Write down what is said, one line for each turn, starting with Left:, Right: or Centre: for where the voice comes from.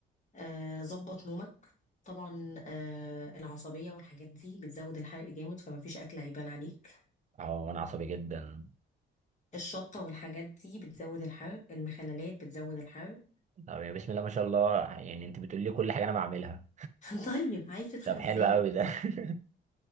Left: آه ظبط نومك طبعا آه العصبية والحاجات دي بتزود الحرق جامد فما فيش اكل عيبان عليك
Right: اه انا عصبي جدا
Left: الشطة والحاجات دي بتزود الحرق المخللات بتزود الحرق
Right: طب يا بسم الله ما شاء الله يعني انت بتقولي لي كل حاجة انا بعملها
Left: <laughs> طيب عايز تتخن
Right: طب حلو
Left: ازاي
Right: قوي ده <laughs>